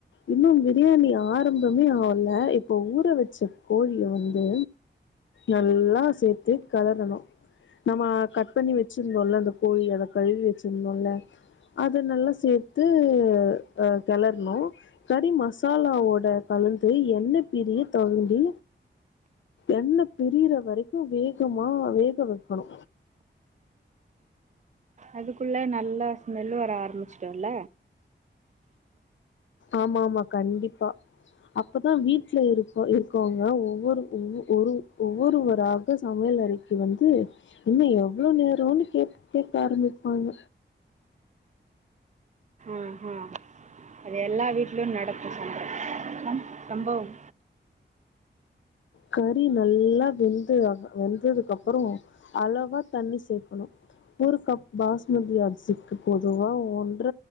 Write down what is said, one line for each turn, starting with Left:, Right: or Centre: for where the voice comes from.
Left: இன்னு பிரியாணி ஆரம்பமே ஆகல இப்ப ஊற வச்ச கோழிய வந்து நல்லா சேத்து களறணு நம்ம கட் பண்ணி வச்சிருந்தோன்ல அந்த கோழி அத கழுவி வச்சிருந்தோம்ல அத நல்லா சேத்து அ கெளறணு கறி மசாலாவோட கலந்து எண்ண பிரிய தொவண்டி எண்ண பிரியிற வரைக்கும் வேகமா வேக வெக்கணு
Right: அதுக்குள்ள நல்லா ஸ்மெல்லு வர ஆரம்பிச்சு ல்ல
Left: ஆமா ஆமா கண்டிப்பா அப்பதா வீட்ல இருப்போ இருக்கவங்க ஒவ்வொரு ஒ ஒரு ஒவ்வொருவராக சமையல் அறைக்கு வந்து இன்னு எவ்ளோ நேரோன்னு கேக் கேக்க ஆரம்பிப்பாங்க
Right: ஆஹா அது எல்லா வீட்லயும் நடக் <unintelligible> சம்பவம்
Left: கறி நல்லா வெந்து அப் வெந்ததுக்கு அப்பறோ அளவா தண்ணி சேக்கணு ஒரு கப் பாஸ்மதி அரிசிக்கு பொதுவா ஒன்ற